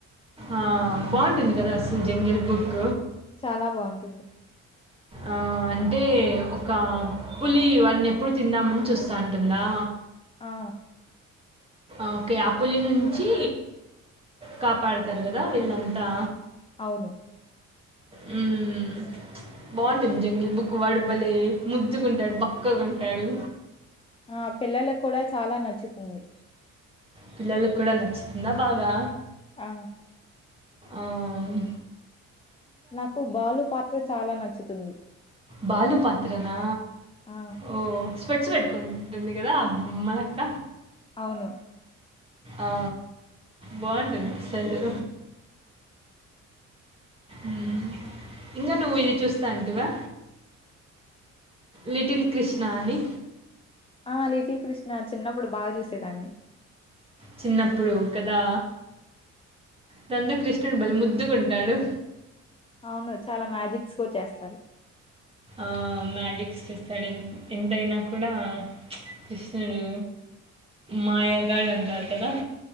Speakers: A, on the right; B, on the left.
A: ఆ బాగుంటుంది కదా అస్ల్ జంగిల్ బుక్
B: చాలా బాగుంటుంది
A: ఆ అంటే ఒక పులి వాన్ని ఎప్పుడు తిందామని చూస్తా ఉంటుందా
B: ఆ!
A: ఓకే ఆ పలి నుంచి కాపాడుతారు కదా వీళ్ళంతా
B: అవును
A: ఉమ్ బాగుంటుంది జంగల్ బుక్కు వడుబలే ముద్దుగుంటాడు బక్కగఉంటాడు
B: ఆ పిల్లలకు కూడా చాలా నచ్చుతుంది
A: పిల్లలకి కూడా నచ్చుతుందా బాగా
B: ఆ
A: ఆహ్
B: నాకు బాలు పాత్ర చాలా నచ్చుతుంది
A: బాలు పాత్రనా
B: ఆ!
A: ఓ స్పెట్స్ పెట్టుకుంటుంది కదా అబ్ ఉమనక్క
B: అవును
A: ఆ బాగుంటుంది సారు ఉం ఇంకా నువ్వు ఇది చూస్తా అంటివా లిటిల్ కృష్ణా అని
B: ఆ లిటిల్ కృష్ణ చిన్నప్పుడు బాగా చూసేదాన్ని
A: చిన్నప్పుడు కదా దంతో కృష్ణుడు బలిముద్దుగుంటాడు
B: అవును చాలా మ్యాజిక్స్ కూడా చేస్తారు
A: ఆహ్ మ్యాజిక్స్ చేస్తాడు ఎ ఎంతైనా కూడా కృష్ణుడు మాయాగాడు అంటారు కదా